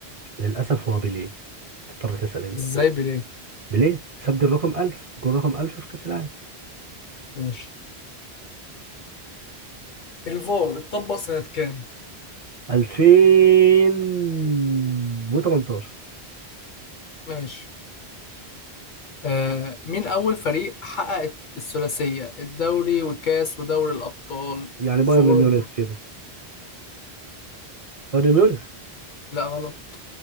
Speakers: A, on the right (about 45°); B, on the left (about 60°).
A: للأسف هو بيليه تضطر تسأل أنت
B: ازاي بيليه
A: بيليه سجل رقم 1000 جول رقم 1000 في كأس العالم
B: ماشي الفار اتطبق سنة كام
A: 2018
B: ماشي آه مين اول فريق حقق الثلاثية الدوري والكاس ودوري الابطال
A: يعني بايرن
B: في اوروبا
A: ميونخ كده بايرن ميونخ
B: لا غلط